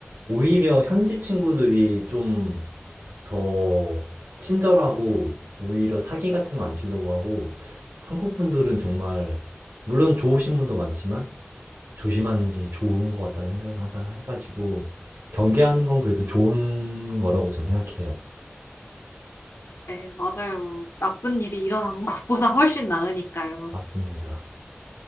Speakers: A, on the right; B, on the left.
A: 오히려 현지 친구들이 좀 더 친절하고 오히려 사기 같은 거 안 치려고 하고 한국 분들은 정말 물론 좋으신 분도 많지만 조심하는 게 좋은 것 같다는 생각을 항상 해가지고 경계하는 건 그래도 좋은 거라고 저는 생각해요.
B: 네, 맞아요. 나쁜 일이 일어난 <laughs> 것보다 훨씬 나으니까요.
A: 맞습니다.